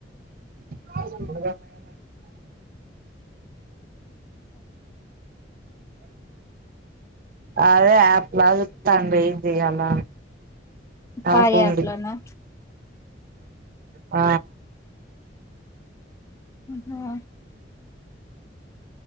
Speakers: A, on the right; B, on the left.
A: ఉ అదే ఆప్ బాగ్ చెప్తాండ్రి ఇది ఈయాల నా
B: కార్య
A: ఫోన్
B: యాప్ లోనా
A: ఆ
B: హ